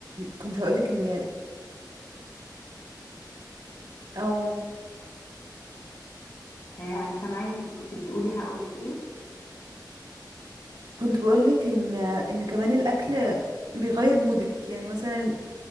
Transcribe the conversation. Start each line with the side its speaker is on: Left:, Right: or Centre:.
Right: كنت هقولك ان او
Left: آه، انا سامعاكي كنت بتقولي هقولك ايه
Right: كنت بقولك ان ان كمان الاكل بيغير مودك يعني مثلا